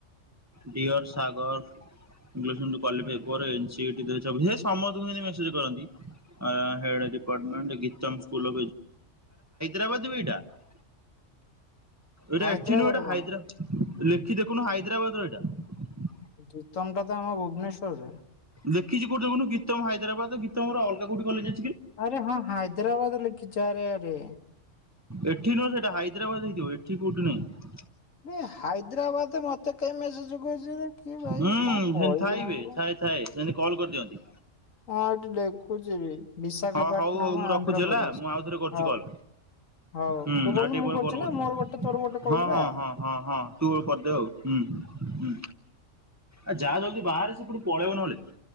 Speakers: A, on the right; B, on the left.
A: ଡିୟର୍ ସାଗର୍ <unintelligible> ସମସ୍ତଙ୍କୁ ଏମିତି ମେସେଜ୍ କରନ୍ତି। ଆ-ହେଡ୍ ଡିପାଟମେଣ୍ଟ୍ ଗିତମ୍ ସ୍କୁଲ୍ ର। <unintelligible> ଏଇଟା
B: ହାଇଦ୍ରାବାଦ
A: ଆକ୍ଚୁଲି ଗୋଟେ
B: କଣ
A: ହାଇଦ୍ରା ଲେଖି ଦେଖୁନୁ ହାଇଦ୍ରାବାଦ ର ଏଇଟା।
B: ଗିତମ୍ ଟା ତ ଆମ ଭୁବନେଶ୍ୱରରେ।
A: ଦେଖିଚି କଉଠେ କହିଲୁ ଗିତମ ହାଇଦ୍ରାବାଦେ ଗୀତମ ର ଅଲଗା କଉଠି କଲେଜେ
B: ଆରେ ହଁ ହାଇଦ୍ରାବାଦେ ଲେଖିଚି ଆରେ ଆରେ।
A: ଏଠି ନୁହଁ ସେଇଟା ହାଇଦ୍ରାବାଦ୍ ହେଇଥିବ ଏଠି କଉଠି ନାଇଁ।
B: ଏ ହାଇଦ୍ରାବାଦେ ମତେ କେହି ମେସେଜ କରିଚି କି ଭାଇ
A: ହୁଁ
B: କଣ କହିବେ
A: ସେମିତି ଥାଇବେ
B: ଆଙ୍କୁ।
A: ଥାଏ ଥାଏ ସେମିତି କଲ୍ କରିଦିଅନ୍ତି।
B: ହଁ ଏଠି ଦେଖୁଚି ବି ବିଶାଖାପାଟନମ୍
A: ହଁ ହଉ ହଉ ମୁଁ
B: ଆନ୍ଧ୍ରପ୍ରଦେଶ
A: ରଖୁଛି ହେଲା ମୁଁ ଆଉ ଥରେ କରୁଛି
B: ହଉ।
A: କଲ୍।
B: ହଉ
A: ହୁଁ
B: ତୁ କରୁନୁ
A: ଆଉ ଟିକେ
B: ମୁଁ
A: ପରେ
B: କରୁଚି
A: କଲ୍ କରୁଛି।
B: ନା ମୋର ଗୋଟେ ତୋର ଗୋଟେ
A: ହଁ
B: କହିଲି
A: ହଁ
B: ବା।
A: ହଁ ହଁ -ହଁ ତୁ କରିଦେ ଆଉ ହୁଁ- ହୁଁ। ଆଉ ଯା ଜଲ୍ଦି ବାହାରେ ସେପଟୁ ପଳେଇବ ନହେଲେ।